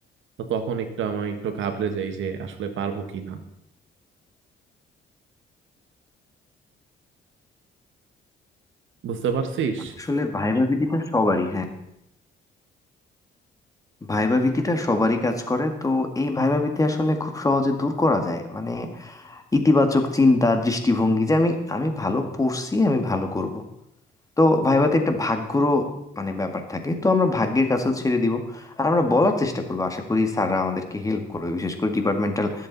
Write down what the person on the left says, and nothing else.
আসলে ভাইবা ভীতিটা সবারই হ্যাঁ ভাইবা ভীতিটা সবারই কাজ করে তো এই ভাইবা ভীতি আসলে খুব সহজে দূর করা যায় মানে ইতিবাচক চিন্তা দৃষ্টিভঙ্গি যে আমি আমি ভালো পড়ছি আমি ভালো করব তো ভাইভাতে একটা ভাগ্যরও মানে ব্যাপার থাকে তো আমরা ভাগ্যের কাছেও ছেড়ে দিব আর আমরা বলার চেষ্টা করবো আশা করি স্যাররা আমাদেরকে হেল্প করবে বিশেষ করে ডিপার্টমেন্টাল